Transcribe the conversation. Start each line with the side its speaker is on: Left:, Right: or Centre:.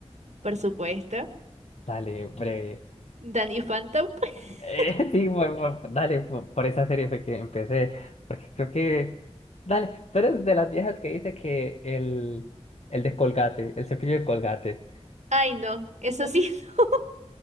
Right: Por supuesto.
Left: Dale, breve.
Right: Danny Phantom. <laughs>
Left: Eh, <laughs> sí, por- por- dale, por, por esa serie fue que empecé, porque creo que, dale, tú eres de las viejas que dice que el, el de Colgate, el cepillo de Colgate.
Right: Ay, no, eso
Left: <laughs>
Right: sí, <laughs> no.